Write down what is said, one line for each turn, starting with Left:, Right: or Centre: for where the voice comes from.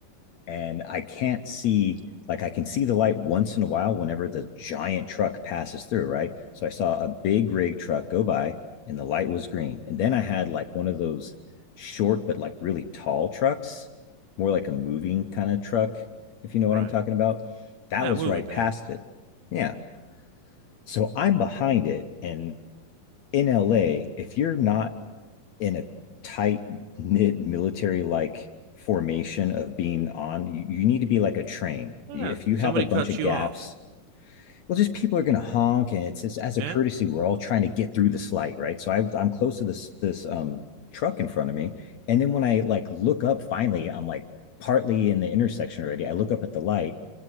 Left: and I can't see like I can see the light once in a while whenever the giant truck passes through, right? So I saw a big rig truck go by and the light was green. And then I had like one of those short but like really tall trucks, more like a moving kind of truck, if you know what
Right: Right.
Left: I'm talking about. That
Right: Yeah,
Left: was
Right: moving
Left: right
Right: van.
Left: past it. Yeah. So I'm behind it and in LA, if you're not in a tight knit military like formation of being on you, you need to be like a train
Right: Yeah,
Left: if you
Right: somebody
Left: have a bunch
Right: cuts
Left: of
Right: you
Left: gaps
Right: off.
Left: well just people are going to honk and it's, it's as
Right: Yeah,
Left: a courtesy we're all trying to get through this light right so I, i'm close to this this um truck in front of me and then when i like look up finally i'm like partly in the intersection already i look up at the light